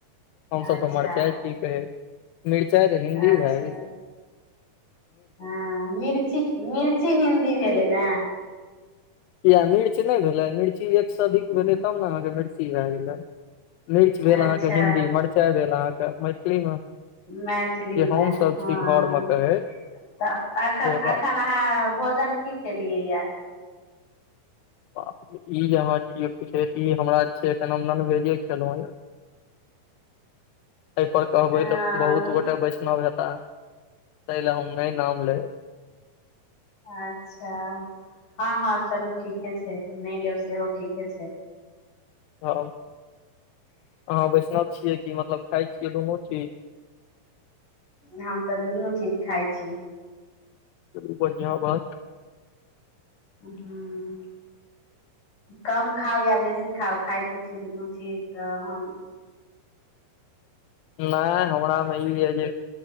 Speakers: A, on the left; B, on the left.
A: हमसभ
B: अच्छा
A: तऽ मरचाइ की कहै मिरचाइ तऽ हिन्दी
B: अच्छा
A: भय
B: हँ मिर्ची मिर्ची हिंदी भेलै ने
A: किए मिर्च नहि भेलै मिर्ची एकसँ अधिक
B: ह
A: भेलै तब ने अहाँके मिर्ची भए गेलै मिर्च भेल
B: अच्छा
A: अहाँके हिन्दी मरचाइ भेल अहाँके मैथिलीमे
B: मैथिलीमे
A: जे हमसभ
B: हँ
A: छी घरमे कहैत
B: तऽ एखन
A: से
B: एखन
A: बात
B: अहाँ भोजन की केलियै या
A: बा ई जे आंहा छियै पूछैत इ हमरा छै एखन हम ननभेजे खेलहुं य एहिपर कहबै
B: हँ
A: तऽ बहुत गोटा वैष्णव हेताह ताहि ले हम नै नाम लेब
B: आच्छा हँ हँ चलू ठीके छै नै लेब सेहो ठीके छै
A: हँ अहाँ वैष्णव छियै कि मतलब खाइ छियै दुनू चीज
B: न हम तऽ दुनू चीज खाइ छी
A: चलू बढ़िआँ बात
B: हूं कम खाउ या बेसी खाउ खाइ तऽ छी दुनू चीज तऽ हम
A: नै हमरा में ई अइ जे